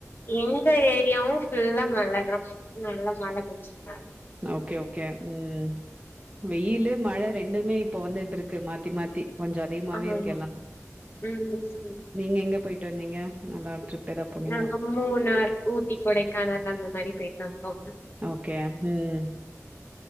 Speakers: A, on the left (about 40°); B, on the right (about 20°).
A: எங்க ஏரியாவும் ஃபுல்லா மழை தா நல்லா மழை பெஞ்சு ட்டுத்தான் இருக்
B: ஓகே ஓகே ம் வெயிலு மழை ரெண்டுமே இப்போ வந்துகிட்டு இருக்கு மாத்தி மாத்தி கொஞ்ச அதிகமாவே
A: ஆமா
B: இருக்க எல்லாமே
A: ம்
B: நீங்க எங்க போயிட்டு வந்தீங்க நல்லா ட்ரிப் ஏதா போனீங்களா
A: நாங்க மூணார் ஊட்டி கொடைக்கானல் அந்த மாரி போயிட் வந்தோ
B: ஓகே ம்